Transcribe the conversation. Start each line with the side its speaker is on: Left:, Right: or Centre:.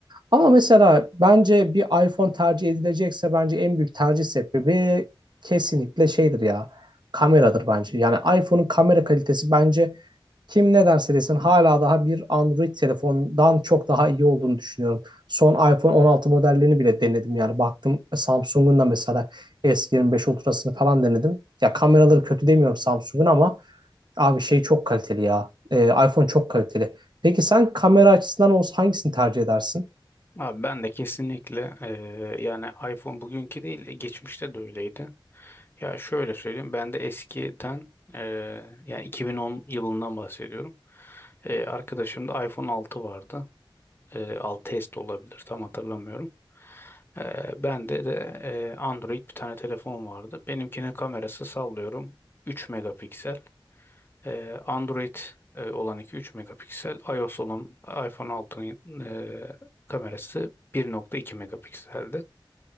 Right: Ama mesela bence bir iPhone tercih edilecekse bence en büyük tercih sebebi kesinlikle şeydir ya. Kameradır bence. Yani iPhone'un kamera kalitesi bence kim ne derse desin hala daha bir Android telefondan çok daha iyi olduğunu düşünüyorum. Son iPhone 16 modellerini bile denedim yani. Baktım e, Samsung'un da mesela S25 Ultra'sını falan denedim. Ya kameraları kötü demiyorum Samsung'un ama Abi şey çok kaliteli ya. Ee, iPhone çok kaliteli. Peki sen kamera açısından olsa hangisini tercih edersin?
Left: Abi ben de kesinlikle eee, yani iPhone bugünkü değil geçmişte de öyleydi. Ya şöyle söyleyeyim ben de eskiden eee, yani 2010 yılından bahsediyorum. Eee arkadaşımda iPhone 6 vardı. Eee 6S de olabilir tam hatırlamıyorum. Eee bende de eee, Android bir tane telefon vardı. Benimkinin kamerası sallıyorum 3 megapiksel. Ee, Android e, olan iki üç megapiksel, iOS olan iPhone 6'nın e, kamerası bir nokta iki megapikseldi.